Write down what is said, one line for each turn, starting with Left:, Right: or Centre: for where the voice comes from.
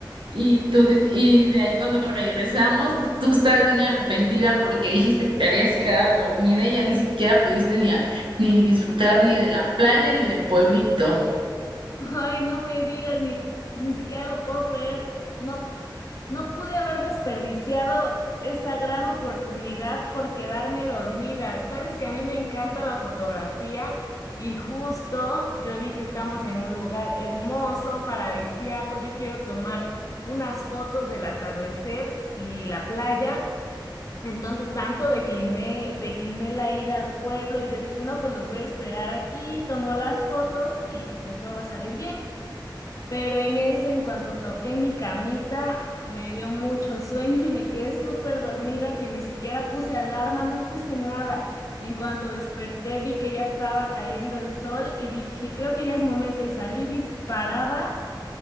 Right: y tú de- y de ahí cuando regresamos tú, tú estabas bien arrepentida porque dijiste que te habías quedado dormida y ya ni siquiera pudiste ni, a- ni disfrutar ni de la playa ni del pueblito.
Left: Ay, no me digas, ni, ni siquiera lo puedo creer. No, no pude haber desperdiciado esa gran oportunidad por quedarme dormida. Sabes que a mí me encanta la fotografía y justo yo dije, estamos en un lugar hermoso, paradisíaco. Yo quiero tomar unas fotos del atardecer y la playa. Entonces tanto decliné, decliné la ida al pueblo y yo dije, no, pues los voy a esperar aquí, tomo las fotos y pues todo va a salir bien. Pero en eso, en cuanto toqué mi camita, me dio mucho sueño y me quedé súper dormida que ni siquiera puse alarma, no puse nada. En cuanto desperté, vi que ya estaba cayendo el sol y dije, creo que ya es momento y salí disparada